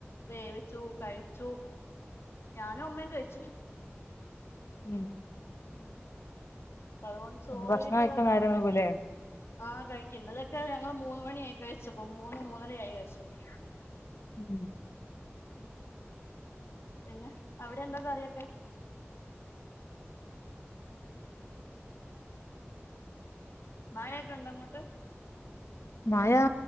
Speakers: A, on the left (about 65°); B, on the left (about 85°).
A: വേവിച്ചു കഴിച്ചു ഞാനും അമ്മയും കഴിച്ചു.
B: ഉം
A: ഉം തഴോണ്ട് ചോറീറ്റ
B: ഭക്ഷണം കഴിക്കാൻ
A: അവ്ടെ കണക്കായിരിക്കും.
B: നേരം വൈകൂലേ
A: ആഹ് കഴിക്കും ഇന്നലൊക്കെ ഞങ്ങള് മൂന്ന് മണി ആ കഴിച്ചപ്പോ മൂന്ന് മൂന്നര ആയി കഴിച്ചപ്പോ
B: ഉം ഉം
A: ഉം പിന്നെ അവിടെ എന്താ കറിയൊക്കെ മഴക്കെണ്ടോ അങ്ങോട്ട്
B: മഴാ